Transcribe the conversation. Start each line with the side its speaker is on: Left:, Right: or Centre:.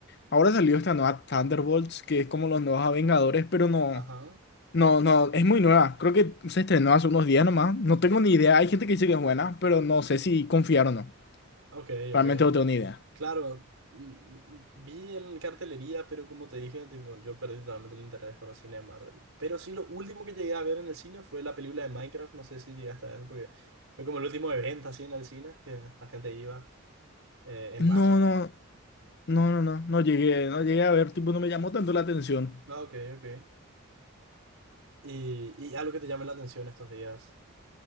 Left: ahora salió esta nueva Thunderbolts, que es como los nuevos Vengadores, pero no,
Right: Ajá,
Left: no, no, es muy nueva. Creo que se estrenó hace unos días nomás. No tengo ni idea. Hay gente que dice que es buena, pero no sé si confiar o no.
Right: ok,
Left: Realmente
Right: ok.
Left: no tengo ni idea.
Right: Claro, mm, mm, vi en cartelería, pero como te dije, tipo, yo perdí totalmente el interés por el cine de Marvel. Pero sí, lo último que llegué a ver en el cine fue la película de Minecraft, no sé si llegaste a ver, porque fue como el último evento así en el cine, que la gente iba eh, en masa.
Left: No, no, no, no, no, no llegué, no llegué a ver, tipo, no me llamó tanto la atención.
Right: Ah, ok, ok. Y, y algo que te llame la atención estos días